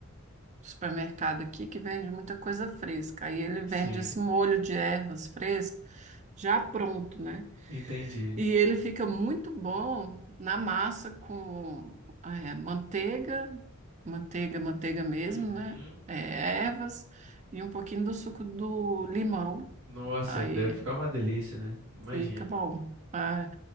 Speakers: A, on the right; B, on the right.
A: supermercado aqui que vende muita coisa fresca. Aí ele vende
B: sim,
A: esse molho de ervas fresco já pronto, né?
B: entendi.
A: E ele fica muito bom na massa com eh, manteiga, manteiga, manteiga mesmo,
B: Uhum.
A: né? Eh, ervas e um pouquinho do suco do limão.
B: Nossa,
A: Aí
B: deve ficar uma delícia, né? Imagino.
A: Fica bom. É,